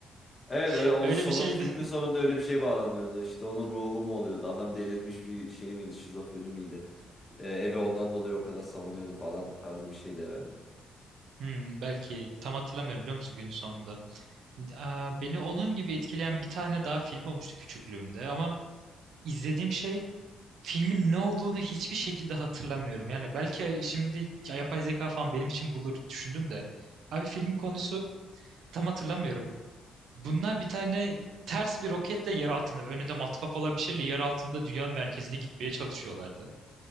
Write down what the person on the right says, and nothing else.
<laughs>
Öyle
bir şeydi.
Hmm, belki tam hatırlamıyorum biliyor musun günün sonunda. Aa, beni onun gibi etkileyen bir tane daha film olmuştu küçüklüğümde ama izlediğim şey filmin ne olduğunu hiçbir şekilde hatırlamıyorum. Yani belki şimdi yapay zeka falan benim için bulur düşündüm de. Abi filmin konusu tam hatırlamıyorum. Bunlar bir tane ters bir roketle yer altına, önünde matkap olan bir şeyle yer altında dünyanın merkezine gitmeye çalışıyorlardı.